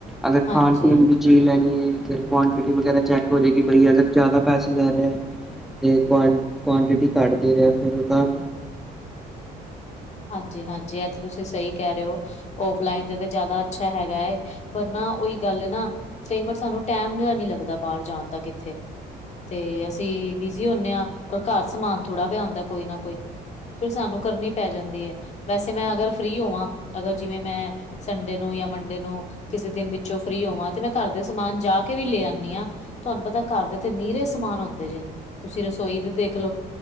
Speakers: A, in the centre; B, on the left.
A: ਅਗਰ
B: ਹਾਂਜੀ
A: ਖਾਨ-ਪੀਨ ਦੀ ਚੀਜ ਲੈਣੀ ਐ, ਫੇਰ ਕੁਆਂਟਿਟੀ ਵਗੈਰਾ ਚੈੱਕ ਹੋਜੇਗੀ, ਬਈ ਅਗਰ ਜ਼ਿਆਦਾ ਪੈਸੇ ਲੈਰੇਆ ਤੇ ਕੁਆਂ ਕੁਆਂਟਿਟੀ ਘਾਟ ਦੇ ਰੇਆ, ਫੇਰ ਓ ਤਾਂ
B: ਹਾਂਜੀ-ਹਾਂਜੀ, ਐ ਤੇ ਤੁਸੀਂ ਸਈ ਕਹਿ ਰੇ ਓ। ਔਫਲਾਈਨ ਤੇ-ਤੇ ਜ਼ਾਦਾ ਅੱਛਾ ਹੈਗਾ ਏ, ਪਰ ਨਾ ਓਈ ਗੱਲ ਨਾ ਕਈ ਵਾਰ ਸਾਨੂੰ ਟੈਮ ਜਿਹਾ ਨੀ ਲੱਗਦਾ, ਬਾਰ ਜਾਨ ਦਾ ਕਿੱਥੇ। ਤੇ ਅਸੀ ਬਿਜ਼ੀ ਹੋਨੇ ਆਂ, ਔਰ ਘਾਰ ਸਮਾਨ ਥੂੜਾ ਪੇਆ ਹੋਂਦਾ ਕੋਈ ਨਾ ਕੋਈ। ਫਿਰ ਸਾਨੂੰ ਕਰਨੀ ਪੈ ਜਾਂਦੀ ਐ। ਵੈਸੇ ਮੈਂ ਅਗਰ ਫ੍ਰੀ ਹੋਵਾਂ, ਅਗਰ ਜਿਵੇਂ ਮੈਂ ਸੰਡੇ ਨੂੰ ਯਾ ਮੰਡੇ ਨੂੰ ਕਿਸੇ ਦਿਨ ਵਿੱਚੋਂ ਫ੍ਰੀ ਹੋਵਾਂ ਤੇ ਮੈਂ ਘਾਰ ਦੇ ਸਮਾਨ ਜਾਕੇ ਵੀ ਲੇਆੱਨੀ ਆਂ। ਤੂਆਨੂੰ ਪਤੈ ਘਾਰ ਦੇ ਤੇ ਨੀਰੇ ਸਮਾਨ ਹੋਂਦੇ ਜੇ, ਤੂਸੀ ਰਸੋਈ ਦੇ ਦੇਖ ਲੋ